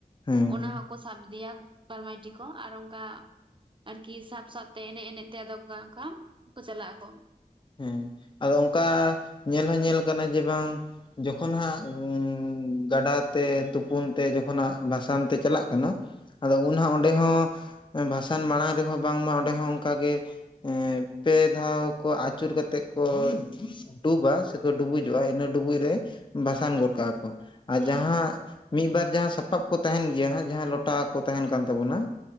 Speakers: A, on the left; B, on the right.
A: ᱦᱮᱸ
B: ᱚᱱᱟ
A: ᱦᱮᱸ
B: ᱦᱚᱸᱠᱚ ᱥᱟᱵ ᱤᱫᱤᱭᱟ ᱠᱟᱨᱢᱟᱭᱴᱤ ᱠᱚ ᱟᱨ ᱚᱱᱠᱟ᱾ ᱟᱨᱠᱤ ᱥᱟᱵ ᱥᱟᱵᱛᱮ ᱮᱱᱮᱡ ᱮᱱᱮᱡ ᱛᱮ ᱟᱫᱚ ᱚᱱᱠᱟ ᱚᱱᱠᱟ ᱠᱚ ᱪᱟᱞᱟᱜ ᱟᱠᱚ᱾
A: ᱦᱮᱸ ᱟᱫᱚ ᱚᱱᱠᱟ ᱧᱮᱞ ᱦᱚᱸ ᱧᱮᱞ ᱠᱟᱱᱟ ᱡᱮ ᱵᱟᱝ᱾ ᱡᱚᱠᱷᱚᱱ ᱦᱟᱸᱜ ᱩᱸ ᱜᱟᱰᱟᱛᱮ ᱛᱩᱯᱩᱱ ᱛᱮ ᱡᱚᱠᱷᱚᱱ ᱦᱟᱜ ᱵᱷᱟᱥᱟᱱ ᱛᱮ ᱪᱟᱞᱟᱜ ᱠᱟᱱᱟ ᱟᱫᱚ ᱩᱱ ᱦᱟᱜ ᱚᱸᱰᱮ ᱦᱚ, ᱵᱷᱟᱥᱟᱱ ᱢᱟᱲᱟᱝ ᱨᱮᱦᱚᱸ ᱵᱟᱝᱢᱟ ᱚᱸᱰᱮ ᱦᱚᱸ ᱚᱱᱠᱟ ᱜᱮ ᱮ ᱯᱮ ᱫᱷᱟᱣ ᱠᱚ ᱟᱪ ᱪᱩᱨ ᱠᱟᱛᱮᱫ ᱠᱚ ᱰᱩᱵᱟ ᱥᱮᱠᱚ ᱰᱩᱵᱩᱡᱚᱜ-ᱟ᱾ ᱤᱱᱟᱹ ᱰᱩᱵᱩᱡ ᱨᱮ ᱵᱟᱥᱟᱱ ᱜᱚᱫ ᱠᱟᱜ-ᱟ᱾ ᱚ ᱟ
B: ᱦᱮᱸ
A: ᱡᱟᱦᱟᱸ ᱢᱤᱫ ᱵᱟᱨ ᱡᱟᱦᱟᱸ ᱥᱟᱯᱟᱵ ᱠᱚ ᱛᱟᱦᱮᱱ ᱜᱮᱭᱟ ᱦᱟᱜ ᱡᱟᱦᱟᱸ ᱞᱚᱴᱟ ᱠᱚ ᱛᱟᱦᱮᱱ ᱠᱟᱱ ᱛᱟᱵᱚᱱᱟ